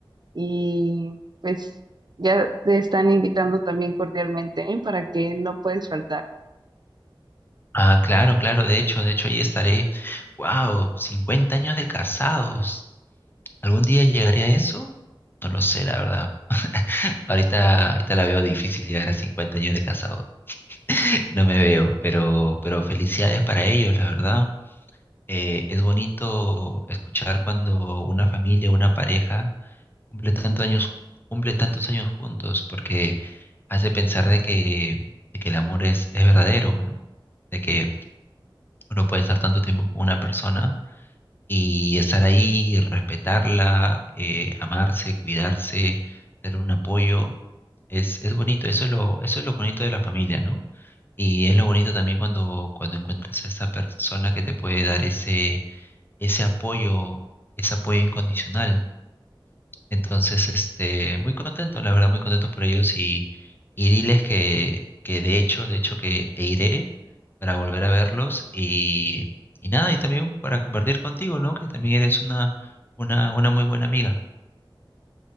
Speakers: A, on the right; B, on the left.
A: y pues ya te están invitando también cordialmente, ¿eh? Para que no puedes faltar.
B: Ah, claro, claro, de hecho, de hecho ahí estaré. Wow, 50 años de casados. ¿Algún día llegaré a eso? No lo sé, la verdad. Ahorita, ahorita la veo difícil llegar a 50 años de casados. No me veo, pero, pero felicidades para ellos, la verdad. Eh, es bonito escuchar cuando una familia, una pareja cumple tantos años, cumple tantos años juntos, porque hace pensar de que, de que el amor es, es verdadero, ¿no? De que uno puede estar tanto tiempo con una persona y estar ahí, respetarla, eh, amarse, cuidarse, ser un apoyo. Es, es bonito, eso es lo, eso es lo bonito de la familia, ¿no? Y es lo bonito también cuando, cuando encuentras a esa persona que te puede dar ese, ese apoyo, ese apoyo incondicional. Entonces, este, muy contento, la verdad, muy contento por ellos y, y diles que, que de hecho, de hecho que e iré para volver a verlos y, y nada, y también para compartir contigo, ¿no? Que también eres una, una, una muy buena amiga.